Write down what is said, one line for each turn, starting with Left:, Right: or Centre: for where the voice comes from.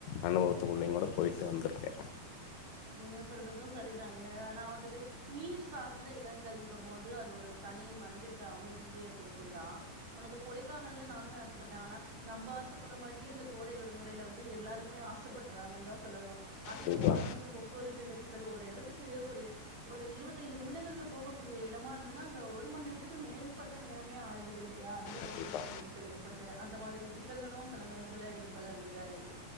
Left: அனுபவத்துக்குள்ளைங்ளோட பொய்ட்டு வந்துருக்கே
Right: ங்க சொல்றது சரிதா எனா நா வந்துட்டு நீர் சார்ந்த இடங்கள்ங்கமோது அது ஒரு தனி மனதிற்கு அமையுள் இதிய குடுக்குந்தா ஒன் அந்த கொடைக்கானல்ல நானுமே ஆசப்பட்ட ஆனா நம்ப ஆஸ் சப்பட்ற மாரியே இந்த கோடை விடுமுறைல வந்து எல்லாருமே ஆசைப்பட்றாங்கன்னுதா சொல்லணு அதிகமான
Left: கண்டிப்பா
Right: வந்து நெரிசல் ஒரு எடத்துக்கு ஒரு ஒரு இருவைத்து ஐந்து நிமிடங்கள்ல போகக்கூடிய இடமா இருந்துன்னா அங்க ஒரு மண் நேர்த்துக்கு மேல்பட்ட நேரமே ஆயிடுது இல்லையா அதிக
Left: கண்டிப்பா
Right: போக்குவரத்துல் நெரிசல் ஏற்பட்டு அந்த மாதிரி சிக்கல்களு செல நேரத்துல எதிர்கொள்ள வேண்டியதா இருக்கு